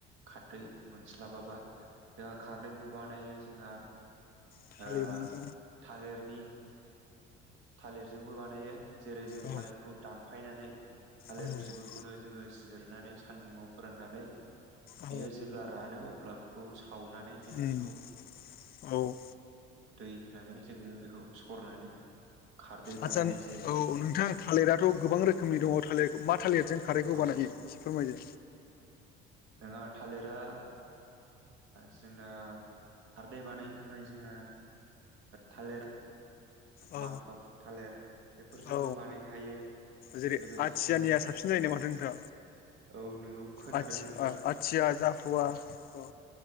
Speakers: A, on the right; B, on the left.
A: खारदै मोनस्लाबाबा जोंहा खारदैखौ बानायो जोंहा
B: थालिरख।
A: ओ थालिरनि थालिरजोंबो बानायो जेरै जों
B: औ
A: थालिरखौ दानफायनानै थालिर
B: औ
A: बिगुरखौनो जोङो जिरनानै सान्दुंआव फोराननानै बियो
B: औ
A: जेब्ला रानो अब्ला बेखौ सावनानै जोङो
B: उम
A: बेखौ
B: औ।
A: दै होनानै जोङो बेखौ सरनानै खारदै बानायनाय
B: आदसा औ
A: जायो आरो
B: नोंथां थालिराथ' गोबां रोखोमनि दङ थालिर मा थालिर जों खारैखौ
A: औ
B: बानायो एसे फोरमायदो।
A: नङा थालिरा जोंना खारदै बानायनो थाखाय जोंहा थालिर
B: औ
A: मालफक थालिर बेफोरजोंबो
B: औ
A: बानायनो हायो
B: जेरै
A: लोगोसे
B: आथियानिया
A: जोंहा
B: साबसिन जायो न माथ नोंथां
A: औ नोंगौ खोनादों
B: आ
A: नोंथां
B: आथिया जाफुवा औ